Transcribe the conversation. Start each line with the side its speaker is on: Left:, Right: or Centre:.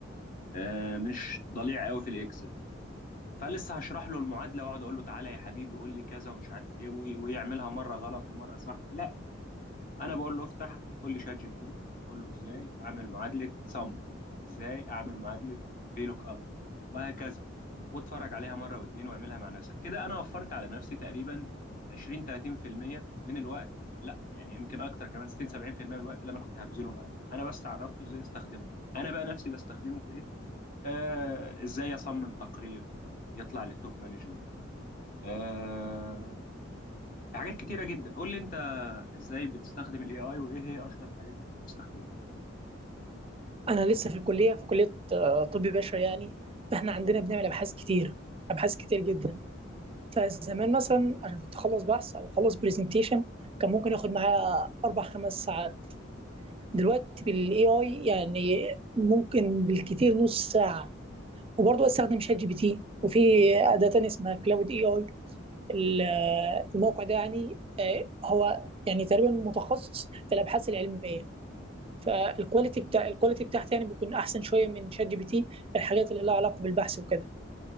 Left: آه، مش ضليع قوي في الاكسل فلسه هشرح له المعادله واقعد اقول له تعالى يا حبيبي قول لي كذا ومش عارف ايه وي- ويعملها مره غلط ومره صح لا انا بقول له افتح قول لي شات جي بي تي قول له ازاي اعمل معادله سم ازاي اعمل معادله في لوك اب وهكذا واتفرج عليها مره واتنين واعملها مع نفسك كده انا وفرت على نفسي تقريبا 20 30% من الوقت لا يعني يمكن اكتر كمان 60 70% من الوقت اللي انا كنت هبذله معاه انا بس عرفته ازاي استخدمه انا بقى نفسي بستخدمه في ايه آه ازاي اصمم تقرير يطلع للتوب مانجمنت آه في حاجات كتيره جدا قول لي انت ازاي بتستخدم الاي اي وايه هي اشهر الحاجات اللي انت بتستخدمها
Right: انا لسه في الكليه في كليه آه، طب بشري يعني فاحنا عندنا بنعمل ابحاث كتير ابحاث كتير جدا فزمان مثلا عشان كنت اخلص بحث او اخلص برزنتيشن كان ممكن ياخد معايا اربع خمس ساعات دلوقتي بالاي اي يعني ممكن بالكتير نص ساعه وبرضه استخدم شات جي بي تي وفي اداه تانية اسمها كلاود اي اي ال- الموقع ده يعني آه، هو يعني تقريبا متخصص في الابحاث العلميه فالكواليتي بتاع الكواليتي بتاعته يعني بيكون احسن شويه من شات جي بي تي في الحاجات اللي لها علاقه بالبحث وكده